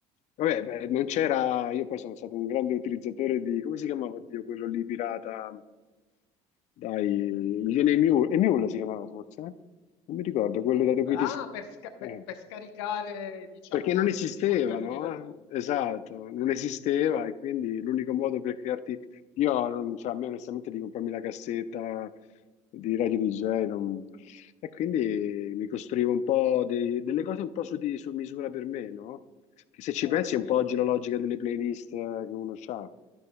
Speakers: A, on the left (about 60°); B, on the left (about 80°).
A: Vabbè, beh, non c'era, io poi sono stato un grande utilizzatore di, come si chiamava, oddio, quello lì pirata, dai,
B: Mm.
A: mi viene Emule, Emule si chiamava forse, eh? Non mi ricordo, quello
B: Mule,
A: da cui
B: ah,
A: ti... s-
B: per, sca- per-
A: eh.
B: per scaricare, diciamo,
A: Perché non esisteva,
B: tutti i contenuti
A: no?
B: del mondo.
A: Esatto,
B: Mm.
A: non esisteva e quindi l'unico modo per crearti... Io, non, cioè, a me onestamente di comprarmi la cassetta di Radio DJ non- e quindi mi costruivo un po' dei- delle cose un po' su, di- su misura per me, no? Che se ci
B: Eh,
A: pensi
B: ho capito,
A: è un po' oggi
B: ho capito.
A: la logica delle playlist eh, che uno ha.